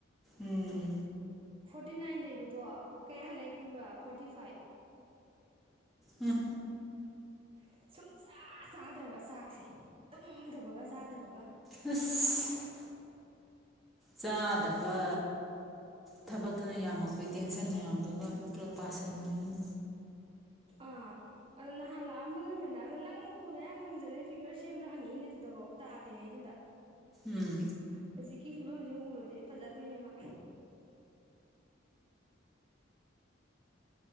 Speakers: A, in the centre; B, on the right.
A: ꯎꯝ
B: ꯐꯣꯔꯇꯤ ꯅꯥꯏꯟ ꯂꯩꯕꯗꯣ ꯀꯌꯥ ꯂꯩ ꯈꯪꯕꯔ ꯐꯣꯔꯇꯤ ꯐꯥꯏꯞ <inaudible> <inaudible>
A: ꯎꯝ
B: ꯁꯨꯡꯆꯥ ꯆꯥꯗ꯭ꯔꯕ ꯆꯥꯛꯁꯦ ꯇꯨꯝꯗꯕꯒ ꯆꯥꯗꯕꯒ
A: <inaudible> ꯆꯥꯗꯕ ꯊꯕꯛꯇꯨꯅ ꯌꯥꯝꯃꯛꯄꯩ ꯇꯦꯟꯁꯟ ꯃꯌꯥꯝꯗꯨꯒ ꯇꯦꯟ ꯄꯔꯁꯦꯟꯅꯤꯅꯦ
B: ꯑ ꯑꯗꯨ ꯅꯍꯥꯟ ꯂꯛ ꯑꯝꯕꯗꯨꯗ ꯃꯦꯗꯥꯝꯅ ꯅꯪꯕꯨ ꯅꯌꯥꯡ ꯀꯪꯁꯤꯜꯂꯦ ꯐꯤꯒꯔ ꯁꯦꯝꯕꯔꯅ ꯍꯪꯂꯛꯏꯅꯦ ꯑꯗꯨꯗꯐꯥꯎ ꯇꯥꯗꯔꯤ ꯉꯩꯗꯨꯗ
A: ꯎꯝ
B: ꯍꯧꯖꯤꯛ ꯀꯤ ꯐꯤꯕꯝꯁꯤ ꯎꯔꯗꯤ ꯐꯥꯖꯗꯣꯏꯅꯤ ꯃꯥ